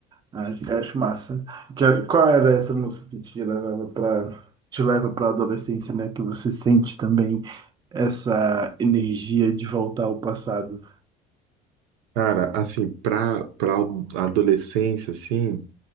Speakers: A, on the right; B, on the right.
A: Acho, acho massa. Que- qual era essa música que te levava para te leva para a adolescência, né? Que você sente também essa energia de voltar ao passado.
B: Cara, assim, pra, pra adolescência, assim,